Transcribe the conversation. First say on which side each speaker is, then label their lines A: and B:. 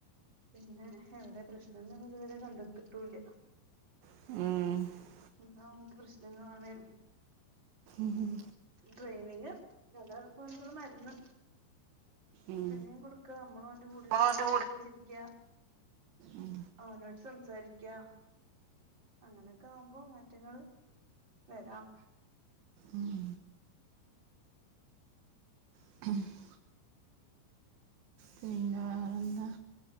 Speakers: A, on the right; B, on the right.
A: പിന്നെ എവിടെ പ്രശ്നം എന്ന് ഇതുവരെ കണ്ടെത്തിട്ടൂല്ല
B: ഉം
A: എന്ന അവനക്ക് പ്രശ്നങ്ങളാണു
B: ഉം
A: ട്രെയിനിങ് അതോ ഓന്ക്കുള്ള മരുന്ന്
B: ഉം
A: ട്രെയിനിങ് കൊടുക്ക നമ്മളുന്റെ കൂടെന്നിട്ട്
B: മോന്റെ
A: കളിക്കാച്ചിരിക്ക
B: ഉം
A: അവനോട് സംസാരിക്കാ അങ്ങനെയൊക്കെ ആവുമ്പോ മാറ്റങ്ങൾ വരാം
B: ഉം <unintelligible> പിന്നെ വേറെന്താ